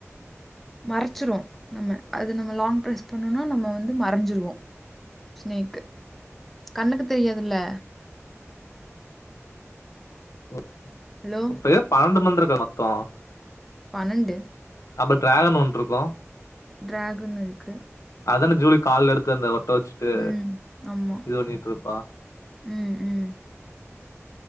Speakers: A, in the centre; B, on the left (about 80°).
A: மறச்சிரு நம்ம அது நம்ம லாங் பிரஸ் பண்ணுனா நம்ம வந்து மறஞ்சிருவோ ஸ்னேக்கு கண்ணுக்கு தெரியாதுல
B: ஓப்
A: ஹலோ
B: இப்ப ஏப் பனனெண்டு மந்தரக்க மொத்தோ
A: பனனெண்டு
B: அப்ப ட்ராகன் ஒன்றுக்கு
A: டிராகனுருக்கு
B: அதான ஜூலி கால்ல எடுத்து அந்த ஒட்ட வெச்சுட்டு
A: ம் ஆமா
B: இது வண்ணிட்ருப்பா
A: ம் ம்